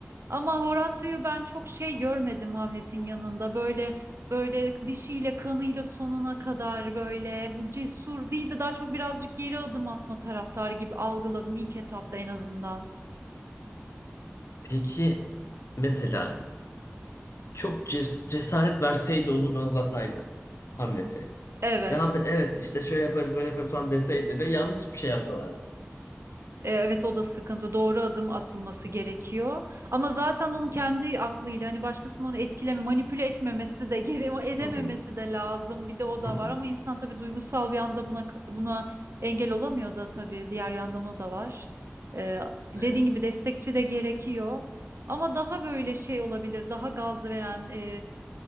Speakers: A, on the right; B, on the left.
A: ama Horatio'yu ben çok şey görmedim Hamlet'in yanında. Böyle Böyle dişiyle kanıyla sonuna kadar böyle cesur değil de daha çok birazcık geri adım atma taraftarı gibi algıladım ilk etapta en azından.
B: Peki mesela çok ces- cesaret verseydi onu gazlasaydı Hamlet'e
A: Evet.
B: Ve Hamlet evet işte şöyle yaparız böyle yaparız falan deseydi ve yanlış bir şey yapsalardı.
A: E, Evet o da sıkıntı. Doğru adım atılması gerekiyor. Ama zaten onun kendi aklıyla hani başkasının onu etkileme, manipüle etmemesi de <laughs> gere edememesi
B: Hı hı.
A: de lazım. Bir de o da
B: Hı hı.
A: var ama insan tabii duygusal bir anda buna buna engel olamıyor da tabii diğer yandan o da var. E, dediğin
B: Evet.
A: gibi destekçi de gerekiyor. Ama daha böyle şey olabilir, daha gaz veren e,